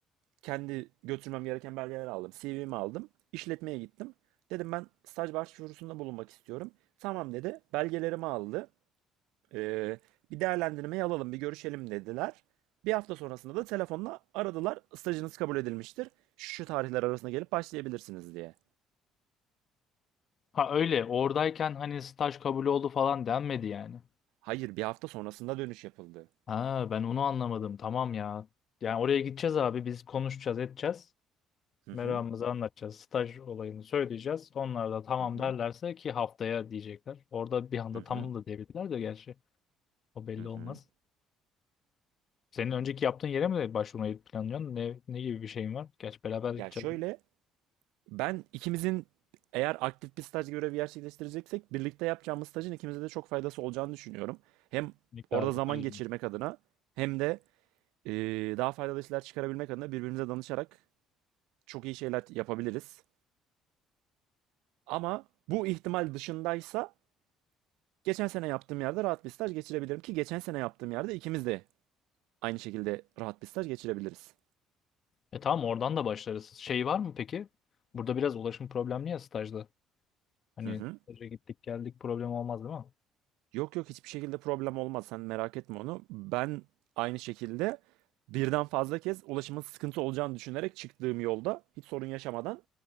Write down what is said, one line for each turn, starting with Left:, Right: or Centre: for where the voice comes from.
Right: kendi götürmem gereken belgeleri aldım. CV'mi aldım. İşletmeye gittim. Dedim ben staj başvurusunda bulunmak istiyorum. Tamam dedi. Belgelerimi aldı. Ee, bir değerlendirmeyi alalım, bir görüşelim dediler. Bir hafta sonrasında da telefonla aradılar. Stajınız kabul edilmiştir. Şu tarihler arasında gelip başlayabilirsiniz diye.
Left: Ha öyle. Oradayken hani staj kabul oldu falan denmedi yani.
Right: Hayır, bir hafta sonrasında dönüş yapıldı.
Left: Ha ben onu anlamadım. Tamam ya. Yani oraya gideceğiz abi. Biz konuşacağız, edeceğiz.
Right: Hı
Left: Meramımızı
Right: hı,
Left: anlatacağız. Staj olayını söyleyeceğiz. Onlar da tamam
Right: hı hı,
Left: derlerse ki haftaya diyecekler. Orada bir anda
Right: hı hı,
Left: tamam da diyebilirler de gerçi. O belli
Right: hı hı.
Left: olmaz. Senin önceki yaptığın yere mi başvurmayı planlıyorsun? Ne, ne gibi bir şeyin var? Gerçi beraber gideceğiz.
Right: Ya şöyle Ben ikimizin eğer aktif bir staj görevi gerçekleştireceksek birlikte yapacağımız stajın ikimize de çok faydası olacağını düşünüyorum. Hem
Left: Birlikte
Right: orada
Left: abi
Right: zaman
Left: yaparız
Right: geçirmek
Left: bunu.
Right: adına hem de e, daha faydalı işler çıkarabilmek adına birbirimize danışarak çok iyi şeyler yapabiliriz. Ama bu ihtimal dışındaysa geçen sene yaptığım yerde rahat bir staj geçirebilirim ki geçen sene yaptığım yerde ikimiz de aynı şekilde rahat bir staj geçirebiliriz.
Left: E tamam oradan da başlarız. Şey var mı peki? Burada biraz ulaşım problemli ya stajda. Hani
Right: Hı hı.
Left: staja gittik geldik problem olmaz değil mi?
Right: Yok yok hiçbir şekilde problem olmaz. Sen merak etme onu. Ben aynı şekilde birden fazla kez ulaşımın sıkıntı olacağını düşünerek çıktığım yolda hiç sorun yaşamadan